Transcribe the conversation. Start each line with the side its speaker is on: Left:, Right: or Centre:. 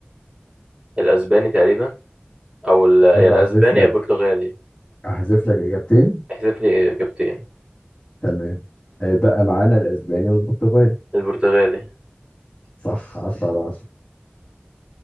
Right: الأسباني تقريبا او ال... يا
Left: أحب
Right: الأسباني
Left: أحذف لك
Right: يا البرتغالي
Left: أحذف لك إجابتين
Right: احذف لي إجابتين
Left: تمام آه بقى معانا الأسباني والبرتغالي
Right: البرتغالي
Left: صح 10 على 10